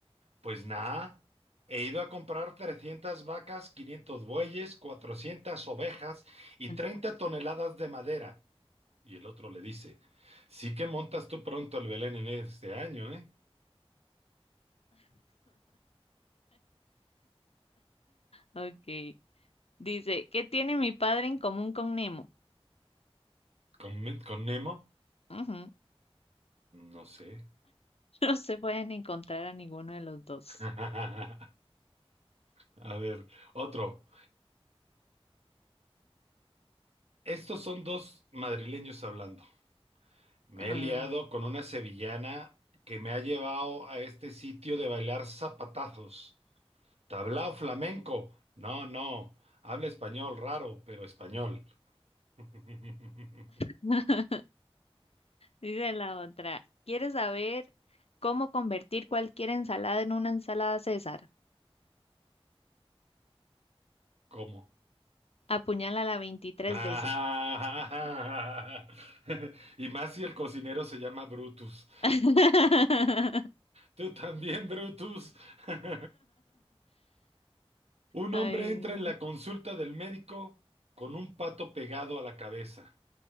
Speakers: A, on the right; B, on the left.
A: Pues nada, he ido a comprar 300 vacas, 500 bueyes, 400 ovejas y
B: <laughs>
A: 30 toneladas de madera. Y el otro le dice, sí que montas tú pronto el Belén en este año, ¿eh?
B: Ok. Dice, ¿qué tiene mi padre en común con Nemo?
A: ¿Con, Me- con Nemo?
B: Ujú. <laughs>
A: No sé.
B: No se pueden encontrar a ninguno de los dos.
A: <laughs> A ver, otro. Estos son dos madrileños hablando. Me
B: Ah.
A: he liado con una sevillana que me ha llevado a este sitio de bailar zapatazos. ¿Tablao flamenco? No, no. Habla español raro, pero español. <laughs>
B: <laughs> Dice la otra, ¿quieres saber cómo convertir cualquier ensalada en una ensalada César?
A: ¿Cómo?
B: Apuñálala veintitrés
A: Ah,
B: veces.
A: <laughs> Y más si el cocinero se llama Brutus.
B: <laughs>
A: Tú también, Brutus. <laughs> Un
B: Ay.
A: hombre entra en la consulta del médico con un pato pegado a la cabeza.